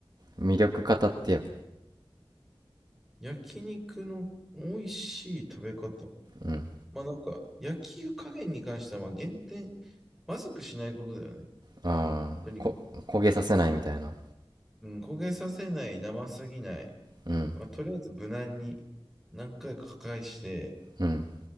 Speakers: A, on the right; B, in the centre.
A: 魅力語ってよ。
B: 焼肉の美味しい食べ方。
A: うん。
B: まあなんか、焼き加減に関してはまあ減点、まずくしないことだよね。
A: ああ、
B: とにかく、
A: こ、焦げさせないみたいな。
B: うん、焦げさせない、生すぎない。
A: うん
B: まあ、とりあえず無難に何回か破壊して、
A: うん